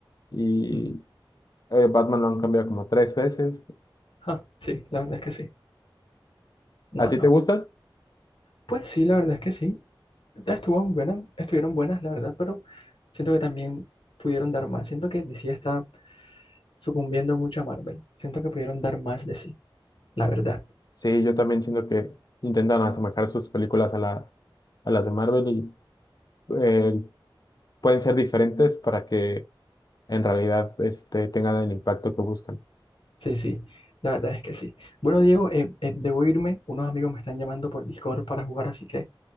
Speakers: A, on the left; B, on the left.
A: y
B: Ujú.
A: eh, Batman lo han cambiado como tres veces.
B: Ah, sí, la verdad es que sí. No,
A: ¿A ti
B: no.
A: te gustan?
B: Pues sí, la verdad es que sí. Estuvo buena- estuvieron buenas, la verdad, pero siento que también pudieron dar más. Siento que DC está sucumbiendo mucho a Marvel. Siento que pudieron dar más de sí, la verdad.
A: Sí, yo también siento que intentan asemejar sus películas a, la- a las de Marvel y eh, pueden ser diferentes para que en realidad este, tengan el impacto que buscan.
B: Sí, sí, la verdad es que sí. Bueno, Diego, eh, eh, debo irme. Unos amigos me están llamando por Discord para jugar, así que...